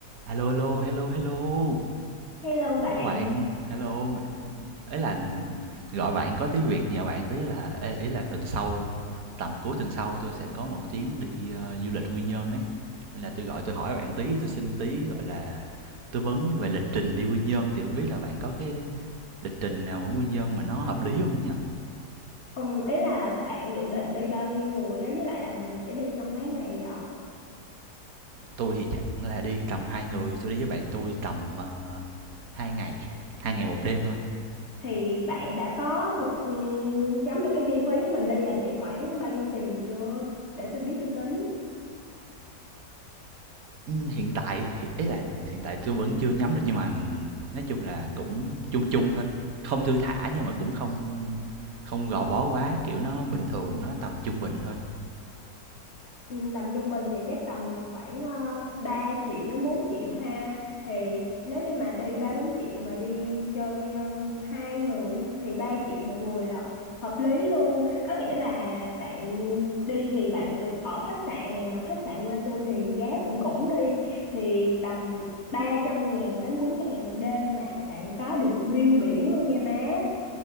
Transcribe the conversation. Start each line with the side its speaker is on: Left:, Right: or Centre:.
Right: A lô, hello, hello,
Left: Hello bạn,
Right: hello bạn, hello. ấy là gọi bạn có tí việc nhờ bạn tí là ê, ý là tuần sau, tầm cuối tuần sau tôi sẽ có một chuyến đi ờ, du lịch Quy Nhơn ấy. Nên là tôi gọi tôi hỏi bạn tí, tôi xin tí gọi là tư vấn về lịch trình đi Quy Nhơn thì không biết là bạn có cái lịch trình nào ở Quy Nhơn mà nó hợp lý không nhỉ?
Left: Ừm, ý là bạn dự định đi bao nhiêu người á, với lại là mình sẽ đi trong mấy ngày vậy?
Right: Tôi thì chắc là đi tầm hai người, tôi đi với bạn tôi tầm ờ, hai ngày, hai ngày một đêm thôi.
Left: Thì bạn đã có um, nhắm được cái chi phí mình đi là sẽ khoảng bao nhiêu tiền chưa? Để tôi biết tôi tính.
Right: hiện tại ý là hiện tại tôi vẫn chưa nhắm được nhưng mà nói chung là cũng chung chung thôi, không thư thả nhưng mà cũng không không gò bó quá, kiểu, nó bình
Left: Ừ.
Right: thường, nó tầm trung bình thôi.
Left: Ừ, tầm trung bình thì chắc tầm khoảng uh, 3 triệu đến 4 triệu ha thì nếu như mà đi 3 4 triệu mà đi chơi Quy Nhơn hai người á, thì 3 triệu một người là hợp lý luôn có nghĩa là bạn đi thì bạn được ở khách sạn này mà khách sạn quê tôi thì giá cũng cũng đi thì tầm ba trăm ngàn đến bốn trăm ngàn một đêm mà bạn có được view biển luôn nha má